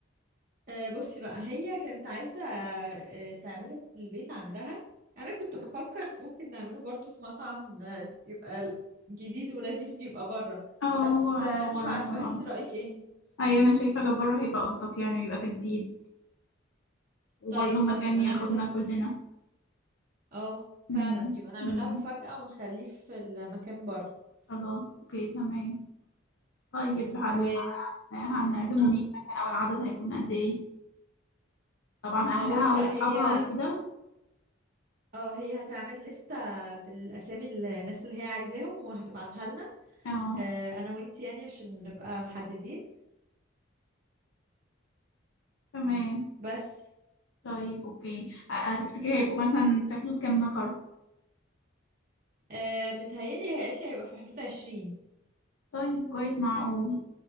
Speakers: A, on the right; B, on the left.
A: آه بصي بقى هي كانت عايزة آه تعمله في البيت عندها أنا كنت بفكر ممكن نعمله برضو في مطعم آه يبقى جديد ولذيذ يبقى بره
B: اه
A: بس
B: هو
A: آه
B: لو
A: مش
B: بره
A: عارفة
B: هيكون
A: انت
B: ألطف
A: رأيك ايه؟
B: أيوة أنا شايفة لو بره هيبقى ألطف يعني ويبقى تجديد وبرضه
A: طيب
B: مكان
A: خلاص يبقى
B: ياخدنا
A: نعمل لها
B: كلنا
A: اه فعلا
B: مم.
A: يبقى نعمل
B: مم.
A: لها مفاجأة ونخليه في المكان بره
B: خلاص اوكي تمام طيب هن...
A: و
B: هنعزمه
A: آه.
B: مين مثلا أو العدد هيكون قد ايه طبعا أهلها
A: ما هو بصي بقى
B: وأصحابها
A: هي
B: وكده
A: اه هي هتعمل لستة بالأسامي الناس اللي هي عايزاهم وهتبعتها لنا
B: اه
A: آه أنا وانتي يعني عشان نبقى محددين
B: تمام
A: بس
B: طيب اوكي ه- هتفتكري هيبقوا مثلا في حدود كام نفر
A: آه متهيألي هي قالت لي هيبقى في حدود عشرين
B: طيب كويس معقول